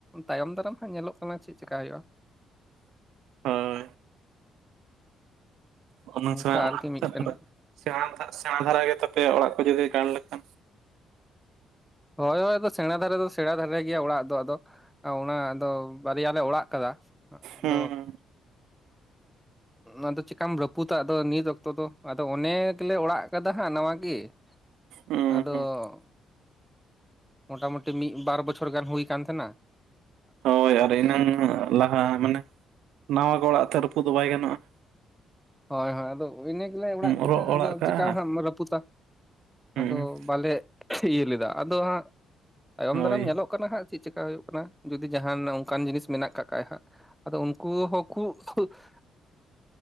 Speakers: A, in the centre; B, on the right (about 85°).
A: ᱛᱟᱭᱚᱢ ᱼᱼ ᱱᱤᱛᱚᱝ ᱦᱚᱸ ᱧᱮᱞᱚᱜ ᱠᱟᱱᱟ ᱪᱮᱫ ᱪᱮᱠᱟ ᱦᱩᱭᱩᱜᱼᱟ?
B: ᱦᱳᱭ ᱚᱱᱟ
A: ᱚᱱᱠᱟ
B: ᱥᱮᱬᱟ
A: ᱟᱨᱠᱤ
B: ᱚᱲᱟᱜ
A: ᱢᱤᱫᱴᱮᱱ
B: ᱛᱟᱯᱚᱨᱮ ᱥᱮᱬᱟ ᱫᱚ ᱦᱟᱸᱜ ᱥᱮᱬᱟ ᱫᱷᱟᱨᱟ ᱜᱮ ᱛᱟᱯᱮ ᱚᱲᱟᱜ ᱠᱚ ᱡᱩᱫᱤ ᱜᱟᱲ ᱞᱮᱠᱷᱟᱱ ᱼᱼ
A: ᱦᱚᱭ ᱦᱚᱭ ᱟᱫᱚ ᱥᱮᱬᱟ ᱫᱷᱟᱨᱟ ᱫᱚ ᱥᱮᱬᱟ ᱫᱷᱟᱨᱟ ᱜᱮᱭᱟ ᱚᱲᱟᱜ ᱫᱚ ᱟᱫᱚ ᱼᱼ ᱚᱱᱟ ᱟᱫᱚ ᱵᱟᱨᱭᱟ ᱞᱮ ᱚᱲᱟᱜ ᱟᱠᱟᱫᱟ ᱟᱫᱚᱼᱼ
B: ᱦᱩᱸ
A: <inaudible> ᱟᱫᱚ ᱪᱮᱠᱟᱢ ᱨᱟᱹᱯᱩᱫᱟ ᱟᱫᱚ ᱱᱤᱛ ᱚᱠᱛᱚ ᱫᱚ ᱟᱫᱚ ᱚᱱᱮ ᱜᱮᱞᱮ ᱚᱲᱟᱜ ᱟᱠᱟᱫᱟ ᱦᱟᱸᱜ ᱱᱟᱣᱟ ᱜᱤ ᱾
B: ᱦᱩᱸ
A: ᱟᱫᱚᱻ
B: ᱦᱩᱸ
A: ᱢᱚᱴᱟᱢᱩᱴᱤ ᱢᱤᱫ ᱵᱟᱨ ᱵᱚᱪᱷᱚᱨ ᱜᱟᱱ ᱦᱩᱭ ᱟᱠᱟᱱ ᱛᱟᱦᱮᱱᱟ ᱾
B: ᱦᱳᱭ ᱟᱨ ᱮᱱᱟᱝ ᱞᱟᱦᱟ ᱢᱟᱱᱮ ᱱᱟᱣᱟ ᱜᱮ ᱚᱲᱟᱜ ᱛᱚ ᱨᱟᱹᱯᱩᱫ ᱫᱚ ᱵᱟᱭ ᱜᱟᱱᱚᱜᱼᱟ ᱾
A: ᱦᱚᱭ ᱦᱚᱭ ᱟᱫᱚ ᱤᱱᱟᱹ ᱜᱮᱞᱮ ᱚᱲᱟᱜ ᱠᱮᱫᱟ
B: ᱚᱨᱚᱜ ᱚᱲᱟᱜ
A: ᱟᱫᱚ
B: ᱠᱟᱜᱼᱟ
A: ᱪᱮᱠᱟ ᱦᱟᱸᱜ ᱮᱢ ᱨᱟᱹᱯᱩᱫᱟ?
B: ᱦᱩᱸ
A: ᱟᱫᱚ ᱵᱟᱞᱮ ᱤᱭᱟᱹ ᱞᱮᱫᱟ ᱟᱫᱚ ᱦᱟᱸᱜ ᱛᱟᱭᱚᱢ
B: ᱦᱳᱭ
A: ᱫᱟᱨᱟᱢ ᱧᱮᱞᱚᱜ ᱠᱟᱱᱟ ᱦᱟᱸᱜᱼᱼ ᱪᱮᱫ ᱪᱮᱠᱟ ᱦᱩᱭᱩᱜ ᱠᱟᱱᱟ ᱡᱩᱫᱤ ᱡᱟᱦᱟᱱ ᱚᱱᱠᱟᱱ ᱡᱤᱱᱤᱥ ᱢᱮᱱᱟᱜ ᱠᱟᱜ ᱠᱷᱟᱭ ᱦᱟᱸᱜ ᱾ ᱟᱫᱚ ᱩᱱᱠᱩ ᱦᱚᱸ ᱠᱩ ᱼᱼ